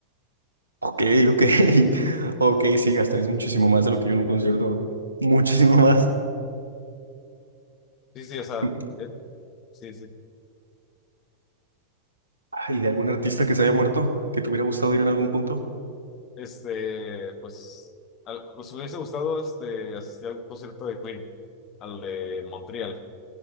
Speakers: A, on the right (about 80°); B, on the left (about 35°).
A: Ok, ok. <laughs> Ok, sí, gastarías muchísimo más de lo que yo en un concierto. Muchísimo más.
B: Sí, sí, o sea,
A: <laughs>
B: eh, sí, sí.
A: ¿Y de algún artista que se haya muerto? ¿Que te hubiera gustado ir en algún punto?
B: este, pues, al- nos hubiese gustado este, asistir a un concierto de Queen, al de Montreal,